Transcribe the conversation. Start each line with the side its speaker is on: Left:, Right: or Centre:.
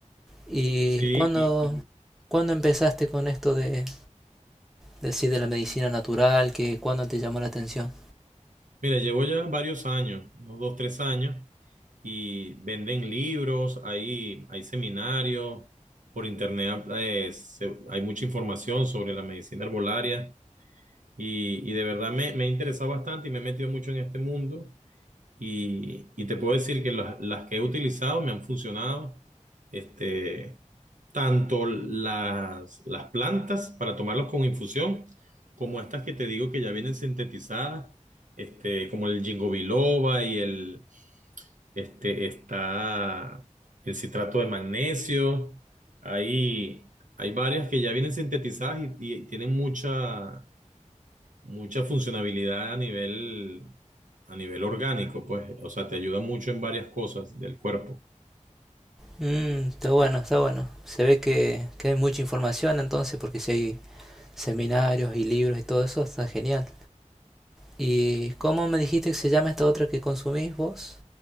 Centre: ¿Y
Right: Sí,
Centre: cuándo,
Right: y, y
Centre: cuándo empezaste con esto de, decir de la medicina natural, que cuándo te llamó la atención.
Right: mira, llevo ya varios años, unos dos, tres años, y venden libros, hay, hay seminarios, por internet eh, se- hay mucha información sobre la medicina herbolaria. Y, y de verdad me, me he interesado bastante y me he metido mucho en este mundo. Y, y te puedo decir que las, las que he utilizado me han funcionado. Este, tanto las, las plantas para tomarlos con infusión, como estas que te digo que ya vienen sintetizadas, este, como el ginkgo biloba y el, este, está el citrato de magnesio. Hay, hay varias que ya vienen sintetizadas y, y tienen mucha mucha funcionabilidad a nivel, a nivel orgánico, pues, o sea, te ayuda mucho en varias cosas del cuerpo.
Centre: Mm, está bueno, está bueno. Se ve que, que hay mucha información entonces, porque si hay seminarios y libros y todo eso, está genial. ¿Y cómo me dijiste que se llama esta otra que consumís vos?